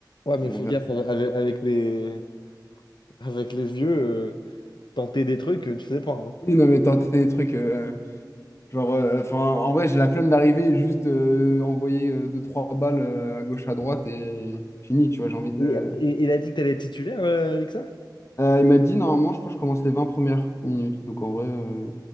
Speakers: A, on the left (about 85°); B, on the left (about 35°).
A: Ouais, mais
B: On
A: fais
B: verra.
A: gaffe avec, avec les, avec les vieux, euh, tenter des trucs, euh, tu sais pas. hein.
B: Oui, non, mais tenter des trucs, euh, genre, euh, enfin, en vrai, j'ai la flemme d'arriver et juste euh, envoyer euh, deux, trois balles euh, à gauche, à droite et fini, tu vois, j'ai envie de...
A: Et- et- il a dit que t'allais être titulaire, euh, avec
B: Euh, il m'a dit, normalement, je crois que je commence les 20 premières minutes, donc en vrai, euh,